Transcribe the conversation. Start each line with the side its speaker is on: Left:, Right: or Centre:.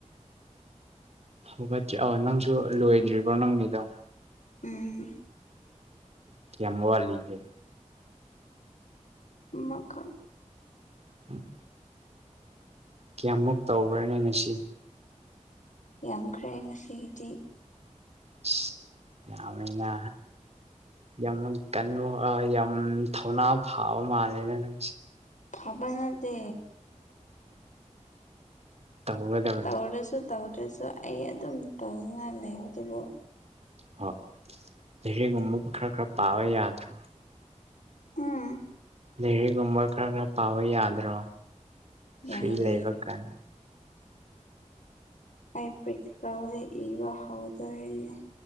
Right: ꯍꯧꯒꯠꯇ꯭ꯔꯤ ꯑꯣ ꯅꯪꯁꯨ ꯂꯣꯏꯗ꯭ꯔꯤꯕ꯭ꯔꯣ ꯅꯪꯒꯤꯗꯣ
Left: ꯎꯝ
Right: ꯀꯌꯥꯝ ꯋꯥꯠꯂꯤꯒꯦ
Left: ꯑꯃꯥꯈꯛ
Right: ꯎꯝ ꯀꯌꯥꯃꯨꯛ ꯇꯧꯕ꯭ꯔꯅꯦ ꯉꯁꯤ
Left: ꯌꯥꯝꯈ꯭ꯔꯦ ꯉꯁꯤꯒꯤꯗꯤ
Right: ꯏꯁ ꯌꯥꯃꯦꯅ ꯌꯥꯝꯃꯩ <unintelligible> ꯌꯥꯝ ꯊꯧꯅꯥ ꯐꯥꯕ ꯃꯥꯜꯂꯦꯅ ꯅꯪꯁꯦ
Left: ꯐꯕ ꯅꯠꯇꯦ
Right: ꯇꯧꯒꯗꯕꯅꯤ
Left: ꯇꯧꯔꯁꯨ ꯇꯧꯗ꯭ꯔꯁꯨ ꯑꯩ ꯑꯗꯨꯝ ꯇꯧꯅꯤꯡꯉꯥꯏ ꯂꯩꯕꯗꯨꯕꯨ
Right: ꯍꯣ ꯂꯩꯔꯤꯒꯨꯝꯕ ꯈꯔ ꯈꯔ ꯄꯥꯕ ꯌꯥꯗ꯭ꯔꯣ
Left: ꯎꯝ
Right: ꯂꯩꯔꯤꯒꯨꯝꯕꯥ ꯈꯔ ꯈꯔ ꯄꯥꯕ ꯌꯥꯗ꯭ꯔꯣ ꯐ꯭ꯔꯤ
Left: ꯌꯥꯏꯌꯦ
Right: ꯂꯩꯕ ꯀꯥꯟ
Left: ꯑꯩ ꯄ꯭ꯔꯦꯛꯇꯤꯀꯜꯁꯦ ꯏꯕ ꯍꯧꯔꯗꯣꯏꯅꯦ